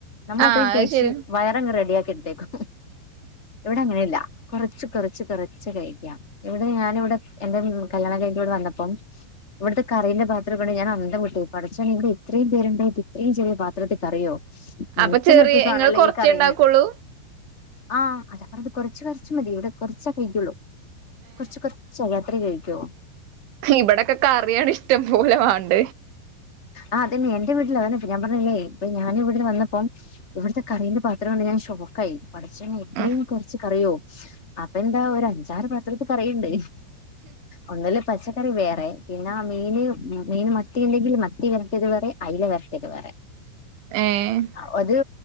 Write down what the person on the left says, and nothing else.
നമ്മള
അത്രയും കഴിച്ചച്ച്
വയറങ്ങ് റെഡിയ ആാക്കി എടുത്തേക്കും ഇവിടെ അങ്ങനെ ഇല്ല കുറച്ച് കുറച്ച് കുറച്ച് കഴിക്കാം ഇവിടെ ഞാന ഇവിടെ എറെ കല്യാണം കഴിഞ്ഞു ട്ടിവിടെ വന്നപ്പം ഇവിടുത്തെ കറിയിന്റെ പാത്രം കൊണ്ട് ഞാൻ അന്തം വിട്ട് പഠിചോനെ ഇവിടെ ഇത്രയും പേരുണ്ടായിട്ട് ഇത്രയും ചെിയ പാത്രത്തിൽ കറിയോ എനിക്കന്ന
ഒറ്റിക്കണല്ലോ
ഈ കറയിന്ന്
ആഹ് അതപ്പറത് അത് കുറച്ച് കുറച്ച് മതി ഇവിടെ കുറച്ച കഴിക്കുള്ളൂ കുറച്ച് കുറച്ച് അത്രേ കഴിക്കോ
ആഹ്തന്നെ എന്റെ വീട്ടില് അതെ ഞാൻ പറഞ്ഞില്ലേ ഇപ്പ ഞൻ വിടെ വന്ന അപ്പം ഇവിടത്തെ കറീന്റെ പാത്രം കൊണ്ട് ഞാൻ ഷോക്ക ആായി പഠിചോനെ എത്രയും
കുറച്ച് കറിയോ അപ്പൊ എന്താ ഒരു അഞ്ചാറ് പത്രത്ത് കറിയുണ്ട് ഒന്നല്ല പച്ചക്കറി വേറെ പിന്നെ മീന് മീൻ മത്തി ഉണ്ടെങ്കിൽ മത്തി വരട്ടിയത് വേറെ അല വരട്ടിയത് വേറെ
അ ഒരു